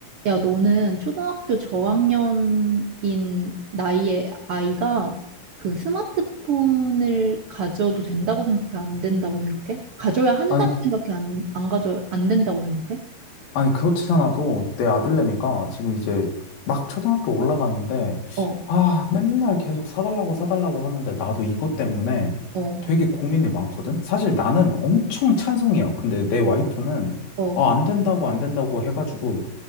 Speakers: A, on the right (about 80°); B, on the left (about 75°).
A: 야, 너는 초등학교 저학년인 나이의 아이가 그 스마트폰을 가져도 된다고 생각해? 안 된다고 생각해? 가져야 한다고
B: 아니,
A: 생각해? 안, 안 가져, 안 된다고 생각해?
B: 아니, 그렇지 않아도 내 아들내미가 지금 이제 막 초등학교 올라가는데,
A: 어,
B: 아, 맨날 계속 사달라고 사달라고 하는데, 나도 이것 때문에
A: 어,
B: 되게 고민이 많거든? 사실 나는 엄청 찬성이야. 근데 내 와이프는,
A: 어.
B: 아, 안 된다고, 안 된다고 해가지고,